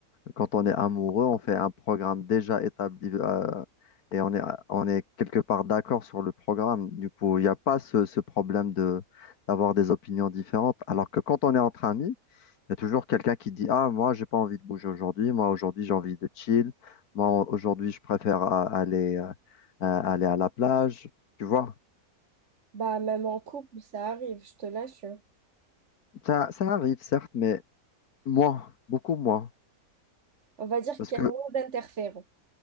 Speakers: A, on the left (about 85°); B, on the right (about 50°).
A: Quand on est amoureux, on fait un programme déjà établi euh, et on est, on est quelque part d'accord sur le programme. Du coup, il n'y a pas ce, ce problème de d'avoir des opinions différentes. Alors que quand on est entre amis, il y a toujours quelqu'un qui dit, Ah, moi, j'ai pas envie de bouger aujourd'hui. Moi, aujourd'hui, j'ai envie de chill. Moi, aujourd'hui, je préfère euh, aller, euh, euh, aller à la plage. Tu vois,
B: Bah, même en couple, ça arrive, je te l'assure.
A: ça, ça arrive, certes, mais moins, beaucoup moins.
B: On va dire
A: Parce
B: qu'il
A: que,
B: y a moins d'interférences.